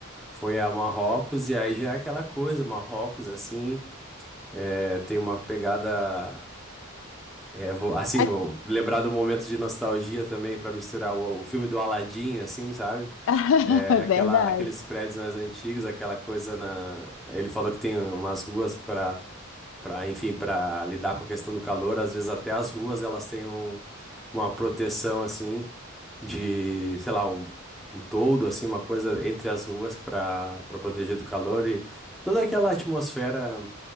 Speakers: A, in the centre; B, on the left (about 65°).
A: Foi a Marrocos e aí já é aquela coisa, Marrocos assim, é, tem uma pegada. É, vou- assim,
B: É
A: vou lembrar do momento de nostalgia também para misturar o, o filme do Aladdin, assim, sabe?
B: <laughs>
A: É, aquela,
B: verdade.
A: aqueles prédios mais antigos, aquela coisa na. Ele falou que tem umas ruas para, para, enfim, para lidar com a questão do calor. Às vezes até as ruas elas têm um- uma proteção assim de, sei lá, um, um toldo assim, uma coisa entre as ruas para para proteger do calor e toda aquela atmosfera